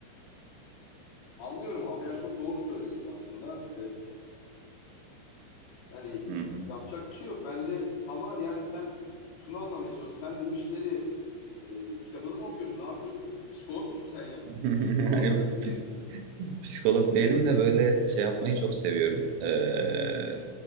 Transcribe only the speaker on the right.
Hı hı.
<laughs>
Yok
pis-
psikolog değilim de böyle şey yapmayı çok seviyorum. Ee,